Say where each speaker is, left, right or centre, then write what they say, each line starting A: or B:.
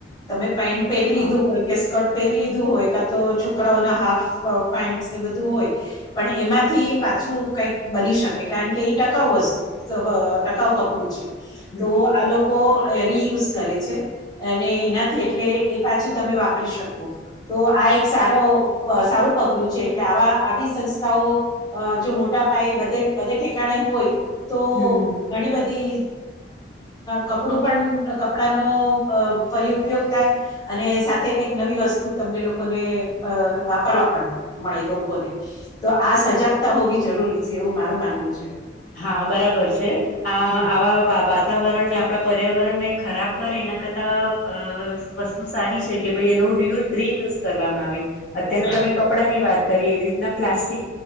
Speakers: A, on the left; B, on the left.
A: તમે પેન્ટ પહેરી
B: હા
A: લીધું હોય કે સ્કર્ટ પહેરી લીધું હોય કા તો છોકરાઓના હાફ પેન્ટ ને બધું હોય પણ એમાંથી પાછું કઈક બની શકે કારણ કે એ ટકાઉ વસ્તુ ટકાઉ કપડું છે
B: હમ
A: તો આ લોકો રિયુઝ કરે છે એ નાથી એટલે એ પાછું તમે વાપરી શકો. તો આ એક સારો સારું પગલું છે એટલે આવા આવી સંસ્થાઓ જો મોટા પાયે બધે ઠેકાણે હોય તો
B: હમ્મ
A: ઘણી બધી કપડું પણ કપડાનો ફરી ઉપયોગ થાય અને સાથે કંઈક નવી વસ્તુ તમને લોકોને અ વાપરવા પણ મળે લોકોને તો આ સજાગતા હોવી જરૂરી છે એવું મારું માનવું છે.
B: હા બરાબર છે આ
A: હમ
B: આવા <unintelligible> વાતાવરણને આપણા પર્યાવરણ ને ખરાબ કરે એના કરતાં અ વસ્તુ સારી છે કે ભાઈ એનો રિ રિયુઝ કરવામાં આવે. અત્યારના
A: હમ
B: તમે કપડાં ની વાત કરીએ એવી રીતના પ્લાસ્ટિક